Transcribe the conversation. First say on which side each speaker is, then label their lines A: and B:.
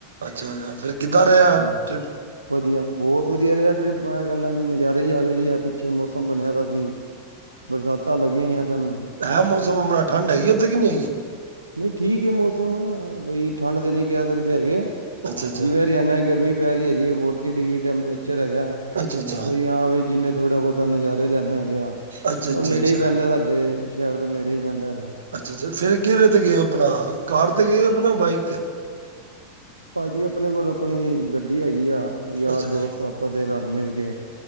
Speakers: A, on the right; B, on the right.
A: ਅੱਛਾ- ਅੱਛਾ ਫੇਰ ਕਿੱਦਾਂ ਰਿਹਾ
B: ਹਾਂਜੀ,
A: ਟਿਪ
B: ਵਧੀਆ ਬਹੁਤ ਵਧੀਆ ਰਿਹਾ ਟ੍ਰਿਪ ਮੈ ਕਹਿਦਾ ਜੀ ਨਜ਼ਾਰੇ ਹੀ ਆਗਏ ਜੀ ਆਛਾ ਮੌਸਮ ਬਣਿਆ ਸੀ, ਬਰਸਾਤਾਂ ਲੱਗੀਆਂ ਹੋਈਆਂ ਸਨ
A: ਹੈਂ ਮੌਸਮ ਬੜਾ ਠੰਡ ਹੈਗੀ ਊਥੇ ਕੀ ਨਹੀ ਹੈਗੀ
B: ਨਹੀ- ਠੀਕ ਹੈ ਮੌਸਮ ਬਈ ਠੰਡ ਤਾਂ ਨਹੀ ਕਹਿ ਸਕਦੇ ਹੈਗੇ ਆ
A: ਅੱਛਾ-ਅੱਛਾ,
B: ਜਿਵੇ ਹਰਿਆਣਾ ਗਰਮੀ ਪੈ ਰਹੀ ਹੈਗੀ ਹੈ ਫੋਟੀ ਡਿਗਰੀ ਟੈਂਪਰੇਚਰ ਹੈਗਾ
A: ਅੱਛਾ-ਅੱਛਾ,
B: ਬਈ ਹਾਂ ਵੀ ਜਿਨੇ ਥੋੜਾ ਬਹੁਤ ਤਾਂ ਨਜ਼ਾਰੇ ਲੈਣੇ ਹੈਗੇ ਆ
A: ਅੱਛਾ-ਅੱਛਾ-ਅੱਛਾ।
B: ਉਹ ਨੇੜੇ ਹੀ ਪੈਂਦਾ ਸਾਡੇ ਸ਼ਹਿਰ ਤੋਂ ਨੇੜੇ ਹੀ ਪੈਂਦਾ ਹੈਗਾ
A: ਅੱਛਾ- ਅੱਛਾ ਫੇਰ ਕਿਹੜੇ ਤੇ ਗਏ ਹੋ, ਆਪਣਾ ਕਾਰ ਤੇ ਗਏ ਆਪਣਾ ਬਾਈਕ ਤੇ
B: ਭਾਜੀ ਆਪਣੇ ਕੋਲ ਆਪਣੀ ਗੱਡੀ ਹੈਗੀ ਆ ਯਾਰ
A: ਅੱਛਾ-ਅੱਛਾ,
B: ਦੋਸਤ ਆਪਾਂ ਦੇ ਰਲ ਮਿਲ ਕੇ